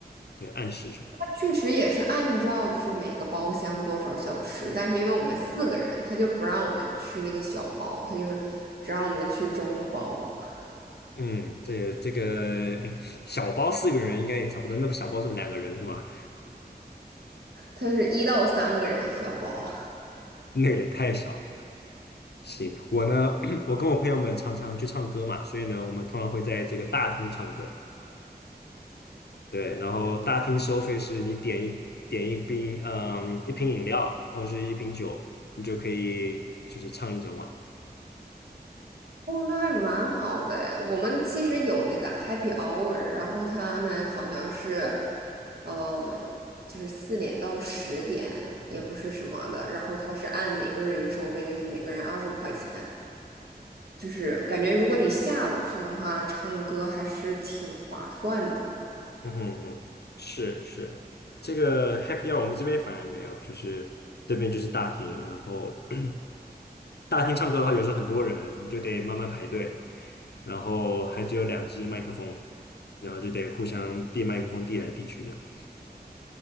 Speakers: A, on the left (about 75°); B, on the right (about 65°).
A: 对，按时。
B: 确实也是按照就是每个包厢多少小时，但是因为我们四个人，他就不让我们去那个小包，他就是只让我们去中包，<laughs>
A: 嗯，这也这个嗯小包四个人应该也差不多，那么小包是两个人是吗？
B: 他是一到三个人小包。<laughs>
A: 那个也太小了。行，我呢，<clears throat> 我跟我朋友们常常去唱歌嘛，所以呢，我们通常会在这个大厅唱歌。对，然后大厅收费是你点一点一瓶，嗯，一瓶饮料或者是一瓶酒，你就可以就是唱一整晚。
B: 哦，那还蛮好的诶我们其实有那个 happy hour，然后他们好像是，呃，就是四点到十点，也不是什么的，然后他是按每个人收费，就是每个人二十五块钱。就是感觉如果你下午去的话，唱歌还是挺划算的。
A: 嗯哼哼，是是，这个 happy hour 我们这边反而没有，就是这边就是大厅，然后 <clears throat> 大厅唱歌的话，有时候很多人，你就得慢慢排队，然后还只有两只麦克风，然后就得互相递麦克风，递来递去这样。